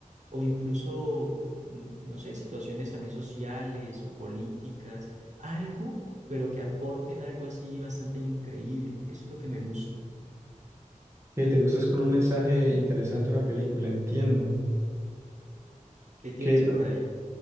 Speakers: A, on the right; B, on the right.
A: o incluso, mm, no sé, situaciones también sociales o políticas, algo, pero que aporten algo así bastante increíble. Eso es lo que me gusta.
B: Y te gustas con un mensaje interesante una película, entiendo.
A: ¿Qué tienes
B: Que pues,
A: por ahí?